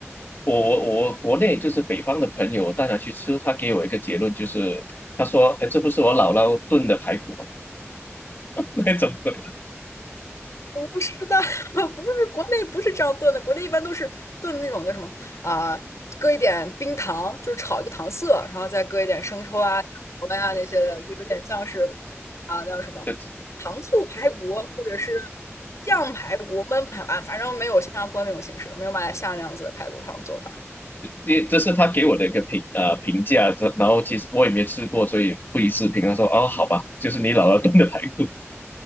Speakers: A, on the left; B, on the left.
A: 我我我国内就是北方的朋友，我带他去吃，他给我一个结论就是，他说，哎，这不是我姥姥炖的排骨吗？<laughs> 那种的，
B: 不是的，<laughs> 不是国内不是这样炖的，国内一般都是炖的那种叫什么啊、搁一点冰糖，就是炒一个糖色，然后再搁一点生抽啊、酱油啊那些的，就有点像是啊、叫什么
A: 对 <laughs>
B: 糖醋排骨或者是酱排骨、焖排骨啊，反正没有新加坡那种形式的，没有马来西亚那样子的排骨汤做法。
A: 这这是他给我的一个评呃评价，这然后其实我也没吃过，所以不予置评。他说哦，好吧，就是你姥姥炖的排骨，